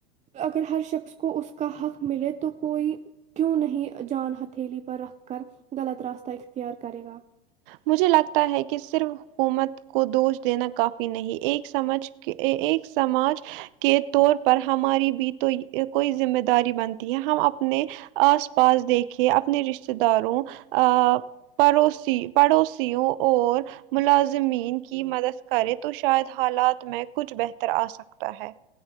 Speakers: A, on the right (about 25°); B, on the right (about 60°).
A: اگر ہر شخص کو اس کا حق ملے تو کوئی کیوں نہیں جان ہتھیلی پر رکھ کر غلط راستہ اختیار کرے گا
B: مجھے لگتا ہے کہ صرف حکومت کو دوش دینا کافی نہیں ایک سمجھ ایک سماج کے طور پر ہماری بھی تو کوئی ذمہ داری بنتی ہے ہم اپنے آس پاس دیکھے اپنے رشتے داروں ا پڑوسی پڑوسیوں اور ملازمین کی مدد کرے تو شاید حالات میں کچھ بہتر آ سکتا ہے